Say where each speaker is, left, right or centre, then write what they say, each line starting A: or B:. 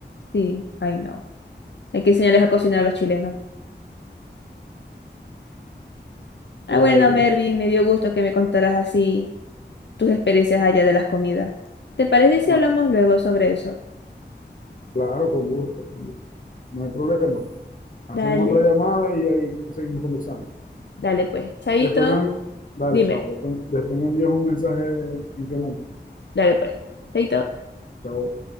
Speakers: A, on the left; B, on the left.
A: sí, ay no. Hay que enseñarles a cocinar a los chilenos. Ah,
B: Ay,
A: bueno, Mervin, me dio gusto que me contaras así tus experiencias allá de las comidas. ¿Te parece si
B: no,
A: hablamos luego sobre eso?
B: claro, con gusto, con gusto, no hay problema. Hacemos
A: Dale,
B: otra llamada y ahí seguimos conversando.
A: dale pues. Chaito,
B: Después me, dale,
A: dime,
B: chao, después, después me envías un mensaje en qué momento.
A: dale pues. Chaito.
B: Chao.